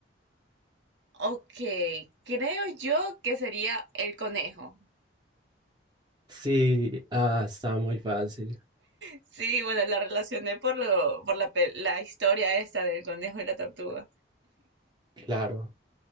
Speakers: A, on the right (about 70°); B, on the right (about 25°).
A: Ok, creo yo que sería el conejo.
B: Sí, ah, está muy fácil.
A: Sí, bueno, la relacioné por lo, por la, pe- la historia esta del conejo y la tortuga.
B: Claro.